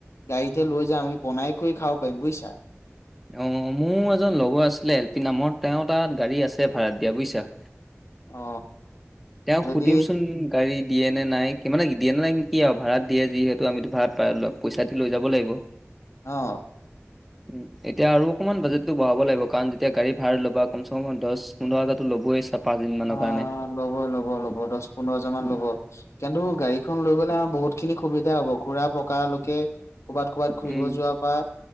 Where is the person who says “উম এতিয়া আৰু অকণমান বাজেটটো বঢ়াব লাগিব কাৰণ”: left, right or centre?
Centre